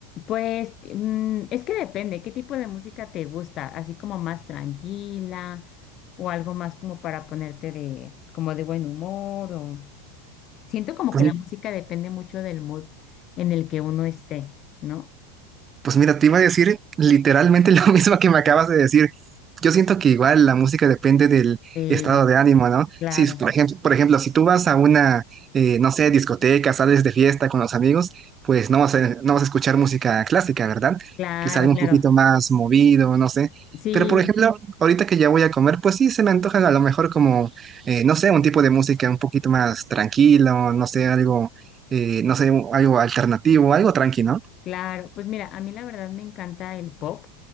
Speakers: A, on the left (about 35°); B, on the right (about 25°).
A: Pues mm, es que depende, ¿qué tipo de música te gusta? Así como más tranquila o algo más como para ponerte de como de buen humor o siento como
B: Pues
A: que la música depende mucho del mood en el que uno esté, ¿no?
B: Pues mira, te iba a decir literalmente <laughs> lo mismo que me acabas de decir. Yo siento que igual la música depende del
A: Sí,
B: estado de ánimo, ¿no?
A: claro,
B: Si, por ejemplo, por ejemplo, si tú vas a una, eh, no sé, discoteca, sales de fiesta con los amigos, pues no vas a, no vas a escuchar música clásica, ¿verdad?
A: claro,
B: Que algo
A: claro.
B: un poquito más movido, no sé.
A: Sí,
B: Pero por ejemplo, ahorita que ya voy a comer, pues sí, se me antoja a lo mejor como, eh, no sé, un tipo de música un poquito más tranquilo, no sé, algo, eh, no sé, algo alternativo, algo tranquilo,
A: Claro, pues mira, a mí la verdad me encanta el pop